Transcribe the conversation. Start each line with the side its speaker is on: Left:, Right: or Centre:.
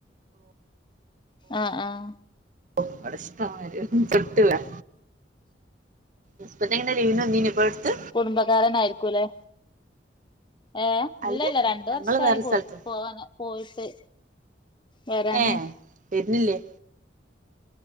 Left: ആഹ് ആഹ്
Right: ഓ അവ്ടെ ഷ്‌ടംമ്മാരി <unintelligible> ഹസ്ബൻഡ് എങ്ങനെ ലീവിന് വന്നിനോ ഇപ്പടുത്ത്
Left: കുടുംബകാരനായിരിക്കൂ ല്ലെ ഏഹ്
Right: അല്ലല്ല
Left: ഇല്ലല്ല രണ്ട്
Right: ഞങ്ങള്
Left: വർഷായി
Right: വേറെ
Left: പോയി
Right: സ്ഥലത്തും
Left: പോവാന പോയിട്ട് വരാന്
Right: ഏഹ് വെര്നില്ലേ